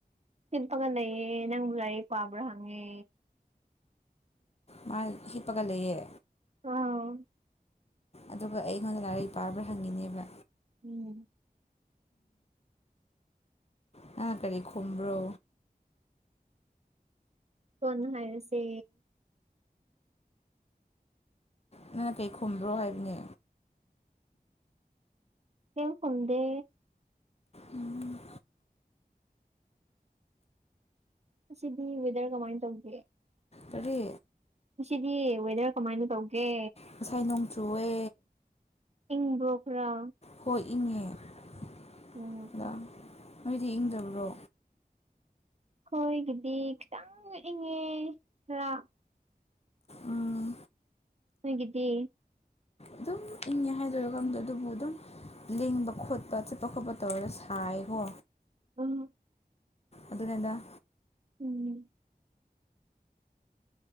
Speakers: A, on the right (about 45°); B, on the left (about 40°).
A: ꯍꯤꯞꯄꯒ ꯂꯩꯌꯦ ꯅꯪꯕꯨ ꯂꯥꯏꯔꯤꯛ ꯄꯥꯕ꯭ꯔꯥ ꯍꯪꯉꯦ
B: ꯃꯥ ꯍꯤꯞꯄꯒ ꯂꯩꯌꯦ
A: ꯔꯥꯎꯟ
B: ꯑꯗꯨꯒ ꯑꯩꯉꯣꯟꯗ ꯂꯥꯏꯔꯤꯛ ꯄꯥꯕ꯭ꯔꯥ ꯍꯪꯉꯤꯅꯦꯕ
A: ꯎꯝ
B: ꯅꯪꯅ ꯀꯔꯤ ꯈꯨꯝꯕ꯭ꯔꯣ
A: ꯀꯣꯟꯅ ꯍꯥꯏꯔꯁꯦ
B: ꯅꯪꯅ ꯀꯩ ꯈꯨꯝꯕ꯭ꯔꯣ ꯍꯥꯏꯕꯅꯦ
A: ꯀꯩꯝ ꯈꯨꯝꯗꯦ
B: ꯎꯝ
A: ꯉꯁꯤꯗꯤ ꯋꯦꯗꯔ ꯀꯃꯥꯏꯅ ꯇꯧꯒꯦ
B: ꯀꯔꯤ
A: ꯉꯁꯤꯗꯤ ꯋꯦꯗꯔ ꯀꯃꯥꯏꯅ ꯇꯧꯒꯦ
B: ꯉꯁꯥꯏ ꯅꯣꯡꯆꯨꯋꯦ
A: ꯏꯪꯕ꯭ꯔꯣ ꯈꯔ
B: ꯍꯣꯏ ꯏꯪꯉꯦ <unintelligible>
A: ꯎꯝ
B: ꯅꯣꯏꯗꯤ ꯏꯪꯗꯕ꯭ꯔꯣ
A: ꯑꯈꯣꯏꯒꯤꯗꯤ ꯈꯤꯇꯪ ꯏꯪꯉꯦ ꯈꯔ
B: ꯎꯝ
A: ꯅꯣꯏꯒꯤꯗꯤ
B: ꯑꯗꯨꯝ ꯏꯪꯉꯦ ꯍꯥꯏꯗꯣꯏꯔ ꯈꯪꯗꯦ ꯑꯗꯨꯕꯨ ꯑꯗꯨꯝ ꯂꯦꯡꯕ ꯈꯣꯠꯄ ꯆꯠꯄ ꯈꯣꯠꯄ ꯇꯧꯔ ꯁꯥꯏꯀꯣ
A: ꯑꯝ
B: ꯑꯗꯨꯅꯤꯗꯥ
A: ꯎꯝ